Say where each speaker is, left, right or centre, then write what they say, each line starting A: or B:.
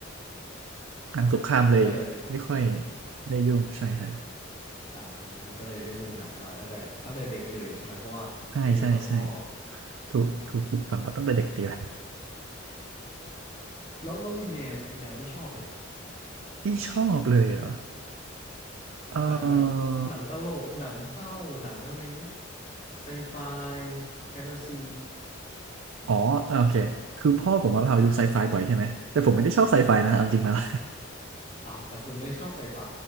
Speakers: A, on the right; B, on the left.
A: หนังสงครามเลยไม่ค่อย
B: คุณก็เลย
A: ได้ยุ่งใช่ใช่
B: อ่าก็เลยได้ดูหนังมาตั้งแต่ตั้งแต่เด็กเลยใช่ไหมเพราะว่าไปดูกับพ่อ
A: ใช่ใช่ใช่ ถูกถูกปลูกฝังมาตั้งแต่เด็กดีเลย
B: ครับแล้วแล้วมีแนวมีแนวที่ชอบไหม
A: ที่ชอบเลยเหรอเออ
B: หนังแบบหนังตลกหนังเศร้าหนังอะไรเงี้ยไซไฟแฟนตาซี
A: อ๋ออ่าโอเค คือพ่อผมมาพาไปดูไซไฟบ่อยใช่ไหม แต่ผมไม่ได้ชอบไซไฟนะเอาจริงแล้ว <laughs>
B: อ้าวแต่คุณไม่ได้ชอบไซไฟ